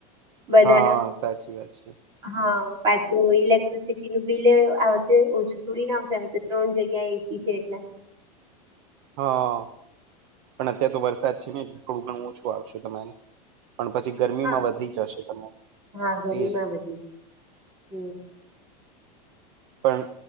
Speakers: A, on the right (about 20°); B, on the right (about 45°).
A: બધાના
B: હા સાચી વા છે.
A: હા પાછું ઇલેક્ટ્રિસિટી નું બિલ આવશે ઓછું થોડી ના આવશે. ત્રણ જગ્યા એસી છે. એટલે
B: હા પણ અત્યારેાર તો વરસાદ છે, ને એટલે થોડું ઘણું ઓછું આવશે તમારે પણ પછી ગરમીમાં
A: હા
B: વધી જશે તમે
A: હા ગરમીમાં
B: એ
A: વધી હમ.
B: પણ